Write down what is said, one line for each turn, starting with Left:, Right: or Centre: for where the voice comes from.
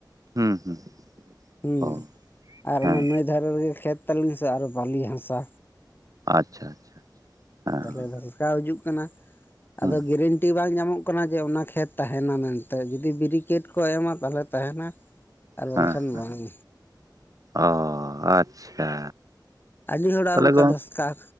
Right: ᱦᱩᱸ ᱦᱩᱸ
Left: ᱦᱩᱸ
Right: ᱚ
Left: ᱟᱨ
Right: ᱦᱮᱸ
Left: ᱚᱱᱟ ᱱᱟᱹᱭ ᱫᱷᱟᱨᱮ ᱨᱮᱜᱮ ᱠᱷᱮᱛ ᱛᱟᱹᱞᱤᱧ ᱥᱮ ᱟᱨᱦᱚ ᱵᱟᱹᱞᱤ ᱦᱟᱥᱟ
Right: ᱟᱪᱪᱷᱟ ᱟᱪᱪᱷᱟ ᱦᱮᱸ
Left: ᱛᱟᱦᱚᱞᱮ ᱫᱷᱟᱥᱠᱟᱣ ᱦᱤᱡᱩᱜ ᱠᱟᱱᱟ
Right: ᱦᱩᱸ
Left: ᱟᱫᱚ ᱜᱮᱨᱮᱱᱴᱤ ᱵᱟᱝ ᱧᱟᱢᱚᱜ ᱠᱟᱱᱟ ᱠᱟᱱᱟ ᱡᱮ ᱚᱱᱟ ᱠᱷᱮᱛ ᱛᱟᱦᱮᱱᱟ ᱢᱮᱱᱛᱮ ᱡᱩᱫᱤ ᱵᱮᱨᱤᱠᱮᱴ ᱠᱚ ᱮᱢᱟ ᱛᱟᱦᱚᱞᱮ ᱛᱟᱦᱮᱱᱟ ᱟᱨ ᱵᱟᱝᱠᱷᱟᱱ
Right: ᱦᱮᱸ ᱦᱮᱸ
Left: ᱵᱟᱝ
Right: ᱚ ᱟᱪᱪᱷᱟ
Left: ᱟᱹᱰᱤ ᱦᱚᱲᱟᱜ
Right: ᱛᱟᱦᱚᱞᱮ
Left: ᱚᱱᱠᱟ
Right: ᱜᱚᱝ
Left: ᱫᱷᱟᱥᱠᱟᱣ